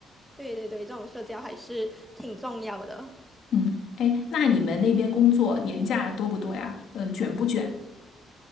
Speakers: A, in the centre; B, on the left.
A: 对对对，这种社交还是挺重要的。
B: 嗯，哎，那你们那边工作年假多不多呀？嗯，卷不卷？